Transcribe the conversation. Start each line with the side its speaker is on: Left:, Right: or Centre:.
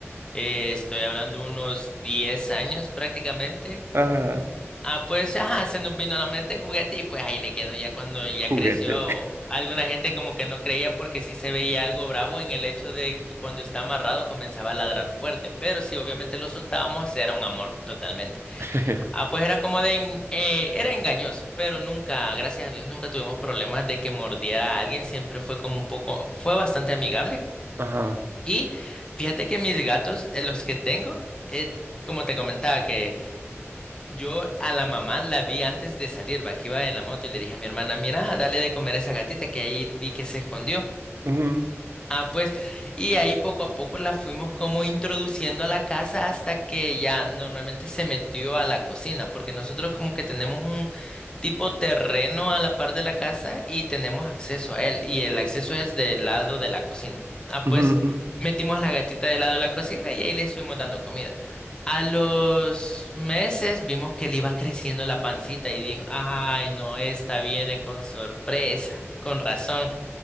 Left: eh, estoy hablando unos 10 años prácticamente.
Right: ajá,
Left: Ah, pues, ajá, se nos vino a la mente juguete y pues ahí le quedó ya cuando ya
Right: juguete.
Left: creció. Alguna gente como que no creía porque sí se veía algo bravo en el hecho de que cuando está amarrado comenzaba a ladrar fuerte, pero si obviamente lo soltábamos era un amor totalmente.
Right: <laughs>
Left: Ah, pues era como de... en- eh, era engañoso, pero nunca, gracias a Dios, nunca tuvimos problemas de que mordiera a alguien. Siempre fue como un poco, fue bastante amigable.
Right: Ajá.
Left: Y fíjate que mis gatos, eh, los que tengo, eh, como te comentaba, que yo a la mamá la vi antes de salir, va, que iba en la moto y le dije a mi hermana, mira, dale de comer a esa gatita que ahí vi que se escondió.
Right: ujú,
Left: Ah, pues, y ahí poco a poco la fuimos como introduciendo a la casa hasta que ya normalmente se metió a la cocina, porque nosotros como que tenemos un tipo terreno a la par de la casa y tenemos acceso a él, y el acceso es del lado de la cocina. Ah,
Right: ujú,
Left: pues,
Right: ujú,
Left: metimos a la gatita del lado de la cocina y ahí le estuvimos dando comida. A los meses vimos que le iba creciendo la pancita y dijo, ay, no, esta viene con sorpresa, con razón.